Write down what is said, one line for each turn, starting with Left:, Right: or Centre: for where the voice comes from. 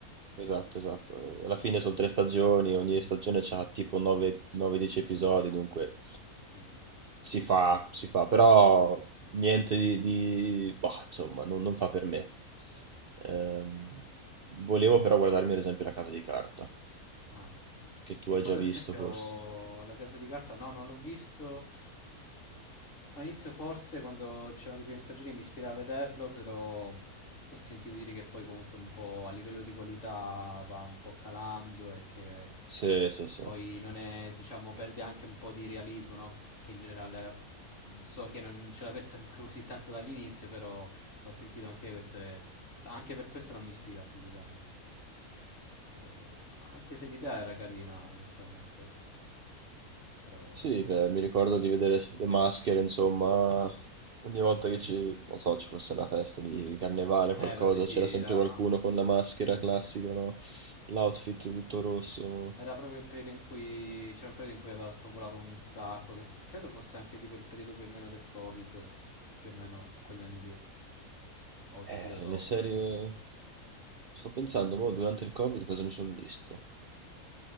Right: Esatto,
Left: Ma...
Right: esatto. Eh, Alla fine sono tre stagioni, ogni
Left: Mm,
Right: stagione ha tipo 9-10 episodi, dunque
Left: mm.
Right: si fa, si fa, però niente di... di- boh, insomma, non, non fa per me. Ehm, volevo però guardarmi ad esempio La Casa di Carta,
Left: Ah, ok.
Right: che tu
Left: Eh,
Right: hai
Left: quello
Right: già visto
Left: ad esempio,
Right: forse.
Left: La Casa di Carta, no, non l'ho visto. All'inizio forse quando c'erano le prime stagioni mi ispirava a vederlo, però ho sentito dire che poi comunque un po' a livello di qualità va un po' calando e che
Right: Sì, sì, sì.
Left: poi non è, diciamo, perde anche un po' di realismo, no? Che in generale mh, so che non ce l'avesse comunque così tanto dall'inizio, però ho sentito anche questo e anche per questo non mi ispira più di tanto. E anche se l'idea era carina, onestamente, però
Right: Sì,
Left: boh.
Right: beh, mi ricordo di vedere s- le maschere, insomma, ogni volta che ci, non so, ci fosse una festa di carnevale,
Left: Eh
Right: qualcosa,
Left: vabbè sì,
Right: c'era
Left: era...
Right: sempre qualcuno con la maschera
Left: Sì,
Right: classica,
Left: sì, sì.
Right: no? L'outfit tutto rosso.
Left: Era proprio il periodo in cui... C'era un periodo in cui aveva spopolato un sacco, che f- credo fosse anche tipo il periodo più o meno del Covid, più o meno in quegli anni lì, o subito
Right: Eh,
Left: dopo
Right: le serie...
Left: mi sembra.
Right: Sto pensando, mo, durante il Covid cosa mi sono visto?